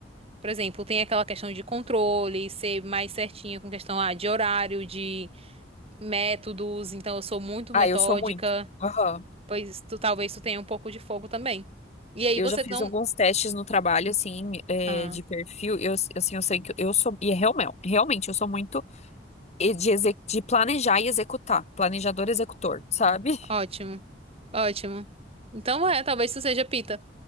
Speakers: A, on the right (about 35°); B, on the left (about 40°).
A: por exemplo, tem aquela questão de controle, ser mais certinha com questão, ah, de horário, de métodos, então eu sou muito
B: Ah,
A: metódica,
B: eu sou muito. Aham.
A: pois tu, talvez tu tenha um pouco de fogo também. E aí
B: Eu
A: você
B: já fiz
A: não...
B: alguns testes no trabalho, assim, é,
A: Ah,
B: de perfil. Eu, assim, eu sei que eu sou. E é realmente, realmente, eu sou muito e de, exe- de planejar e executar. Planejador, executor, sabe? <laughs>
A: ótimo, ótimo. Então é, talvez tu seja Pita.